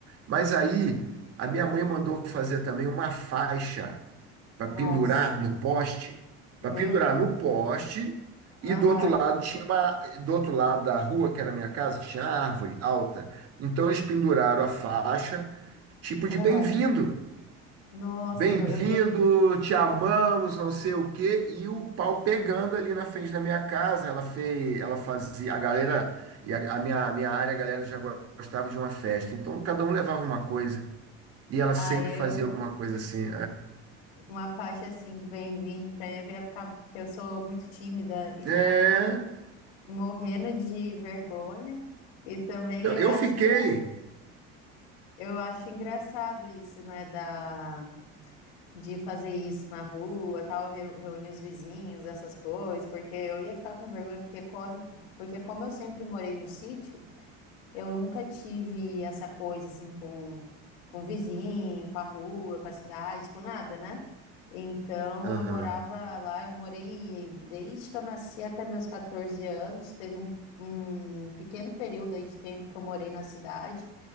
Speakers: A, on the right (about 50°); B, on the left (about 85°).
A: Mas aí a minha mãe mandou fazer também uma faixa para
B: Nossa,
A: pendurar no poste,
B: meu
A: para pendurar
B: que.
A: no poste e
B: Aham,
A: do outro lado tinha uma, do outro lado da rua, que era a minha casa, tinha árvore alta. Então eles penduraram a faixa, tipo
B: ah,
A: de bem-vindo.
B: nossa,
A: Bem-vindo,
B: eu, eu ia.
A: te amamos, não sei o quê, e o pau pegando ali na frente da minha casa. Ela fez, ela fazia, a galera, e a, a minha, a minha área, a galera já gostava de uma festa. Então cada um levava uma coisa, e ela
B: Ah,
A: sempre
B: eu.
A: fazia alguma coisa assim.
B: Com uma faixa assim de bem-vindo, pra mim eu ia ficar. Porque eu sou muito tímida, então
A: É, é,
B: eu ia ficar morrendo de vergonha. E também
A: não,
B: eu
A: eu
B: acho
A: fiquei.
B: engra... eu acho engraçado isso, né? Da... De fazer isso na rua, tal, reu- reunir os vizinhos, essas coisas, porque eu ia ficar com vergonha, porque, quando... porque como eu sempre morei no sítio. Eu nunca tive essa coisa assim com, com o vizinho, com a rua, com a cidade, com nada, né? Então
A: Aham.
B: eu morava lá, eu morei desde que eu nasci até meus 14 anos. Teve um, um pequeno período aí de tempo que eu morei na cidade.